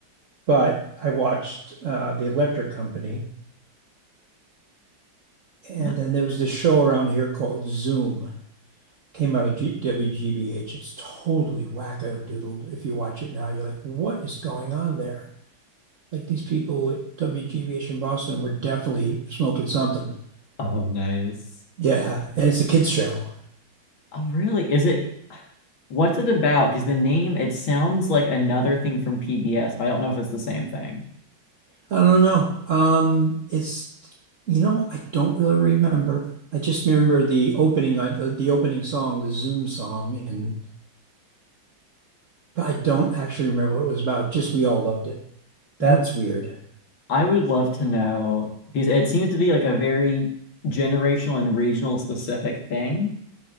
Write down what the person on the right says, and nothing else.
but I watched uh, The Electric Company. And
then there was this show around here called Zoom. came out of G WGBH. It's totally wacko doodle. If you watch it now, you're like, what is going on there? Like these people at WGBH in Boston were definitely smoking something.
Yeah, and it's a kids show.
I don't know. Um, it's you know, I don't really remember. I just remember the opening on the, the opening song, the Zoom song, and but I don't actually remember what it was about. Just we all loved it. That's
weird.